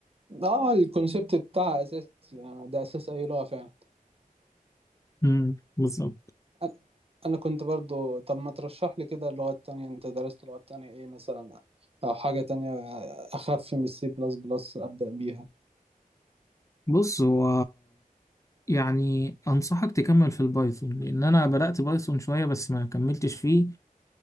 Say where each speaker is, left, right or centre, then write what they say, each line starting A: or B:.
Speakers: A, on the right; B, on the left.
A: اه الكونسيبت بتاعها اساسي يعني ده اساس اي لغه فعلا
B: امم بالظبط
A: أ- انا كنت برضو طب ما ترشح لي كده اللغات تانية انت درست لغات تانية ايه مثلا او حاجه تانية اخف من السي بلس بلس ابدا بيها
B: بص هو يعني انصحك تكمل في البايثون لان انا بدأت بايثون شوية بس ما كملتش فيه